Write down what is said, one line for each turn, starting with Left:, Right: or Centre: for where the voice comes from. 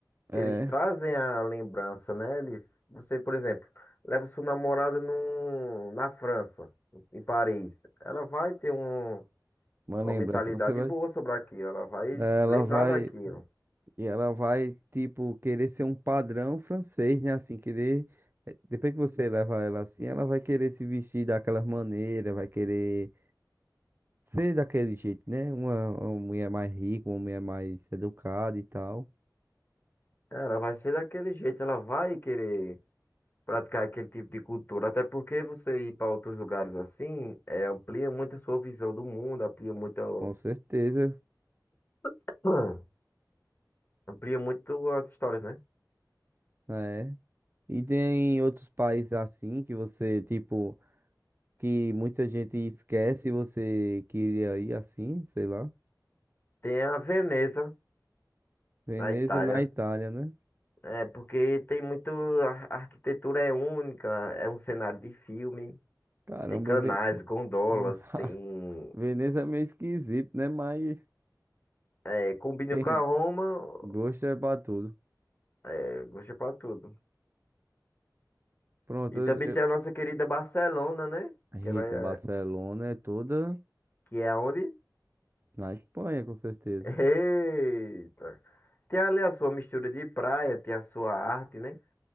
Right: É,
Left: Eles trazem a lembrança, né? Eles, você, por exemplo, leva sua namorada no, na França, em Paris. Ela vai ter um,
Right: uma
Left: uma
Right: lembrança.
Left: mentalidade
Right: Você vai.
Left: boa sobre aquilo, ela vai
Right: é, Ela
Left: lembrar
Right: vai.
Left: daquilo.
Right: E ela vai, tipo, querer ser um padrão francês, né? Assim, querer. eh, Depois que você levar ela assim, ela vai querer se vestir daquela maneira, vai querer ser daquele jeito, né? Uma, uma mulher mais rica, uma mulher mais educada e tal.
Left: Ela vai ser daquele jeito, ela vai querer. praticar aquele tipo de cultura. Até porque você ir para outros lugares assim, é, amplia muito a sua visão do mundo, amplia muito,
Right: Com certeza,
Left: <clears throat> amplia muito as histórias, né?
Right: é. E tem outros países assim que você, tipo, que muita gente esquece e você queria ir assim, sei lá.
Left: Tem a Veneza,
Right: Veneza
Left: na Itália.
Right: na Itália, né?
Left: É, porque tem muito. A a arquitetura é única, é um cenário de filme.
Right: Caramba,
Left: Tem canais,
Right: Ve-
Left: gondolas,
Right: <laughs>
Left: tem.
Right: Veneza é meio esquisito, né? Mas
Left: É, combina
Right: Tem
Left: com a Roma,
Right: gosto é pra tudo.
Left: é, gostei pra tudo.
Right: Pronto,
Left: E
Right: eu...
Left: também
Right: eu-
Left: tem a nossa querida Barcelona, né?
Right: Eita,
Left: Que ela é.
Right: Barcelona é toda
Left: Que é onde?
Right: na Espanha, com certeza.
Left: Eita! Tem ali a sua mistura de praia, tem a sua arte, né?